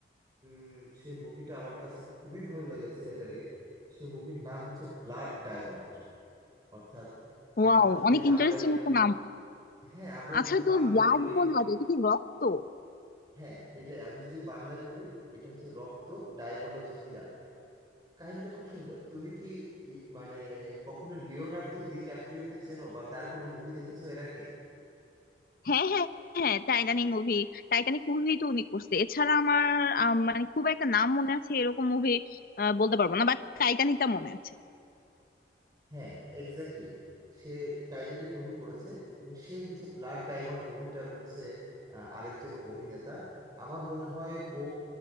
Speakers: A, on the right (about 20°); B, on the left (about 50°).
A: উম সেই মুভিটা আমার কাছে খুবই ভালো লেগেছে এর আগে সেই মুভির নাম হচ্ছে ব্লাড ডায়মন্ড অর্থাৎ
B: ওয়াও
A: আমরা যদি
B: অনেক
A: বাংলায়
B: ইন্টারেস্টিং একটা নাম
A: হ্যাঁ আমরা
B: আচ্ছা
A: যদি
B: তো
A: বাংলায়
B: ব্লাড
A: বলি
B: বললা যে এটা কি রক্ত
A: হ্যাঁ এটাই আমি যদি বাংলায় বলি এটা হচ্ছে রক্ত ডায়মন্ড হচ্ছে হীরা কাহিনীটা খুব সুন্দর তুমি কি ই- মানে কখনো লিওনার্দো ডি ক্যাপ্রিওকে চেনো বা তার কোনো মুভি দেখেছো এর আগে
B: হ্যাঁ হ্যাঁ হ্যাঁ টাইটানিক মুভি টাইটানিক মুভি তো উনি করছে এছাড়া আমার আম, মানে খুব একটা নাম মনে আছে এরকম মুভি বলতে পারবো না বাট টাইটানিকটা মনে আছে
A: হ্যাঁ এক্স্যাক্টলি সে টাইটানিক মুভি করেছে এবং সে হচ্ছে ব্লাড ডায়মন্ড মুভিটার হচ্ছে আহ, আরেকজন অভিনেতা আমার মনে হয় ও